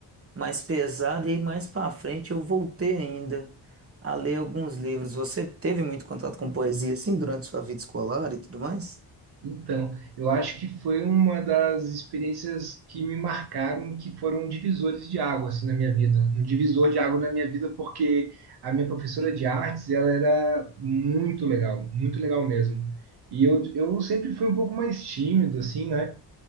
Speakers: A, on the right; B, on the right.
A: mais pesada. E aí, mais pra frente eu voltei ainda a ler alguns livros. Você teve muito contato com poesia, assim, durante sua vida escolar e tudo mais?
B: Então, eu acho que foi uma das experiências que me marcaram, que foram divisores de água assim na minha vida. Um divisor de água na minha vida porque a minha professora de artes, ela era muito legal, muito legal mesmo. E eu, eu sempre fui um pouco mais tímido assim, né?